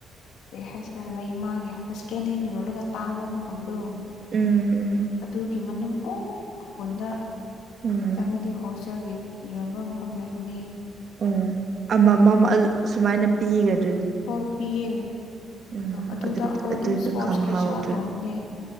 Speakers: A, on the left; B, on the right.
A: ꯀꯦ ꯍꯥꯏꯁꯤꯔ ꯂꯩ ꯏ ꯃꯥꯒꯤꯦ ꯍꯥꯞꯁ ꯀꯦꯅꯅꯤꯣꯜꯒ ꯇꯥꯡꯕ ꯃꯐꯝꯗꯣ
B: ꯎꯝ ꯎꯝ
A: ꯑꯗꯨꯒꯤ ꯃꯅꯨꯡ ꯑꯣ ꯀꯀꯨꯟꯗ
B: ꯎꯝ
A: ꯆꯪꯉꯗꯤ ꯍꯣꯁꯇꯦꯜꯒꯤ ꯌꯣꯟꯕ ꯃꯐꯝ ꯂꯩꯕꯅꯤ
B: ꯑꯣ ꯑꯃꯃꯝ
A: ꯑꯗꯨ
B: ꯁꯨꯃꯥꯏꯅ ꯄꯤꯒꯅꯤ
A: ꯍꯣꯏ ꯄꯤꯌꯦ
B: ꯎꯝ
A: ꯑꯗꯨꯗ
B: ꯑꯗꯨ
A: ꯑꯩꯈꯣꯏ
B: ꯑꯗꯨꯗ
A: ꯑꯗꯨꯝ ꯏꯁꯄꯣꯔꯠꯁꯀꯤ
B: ꯈꯪꯍꯥꯎꯗ꯭ꯔꯦ
A: ꯁꯥꯔꯠ ꯂꯧꯕꯅꯦ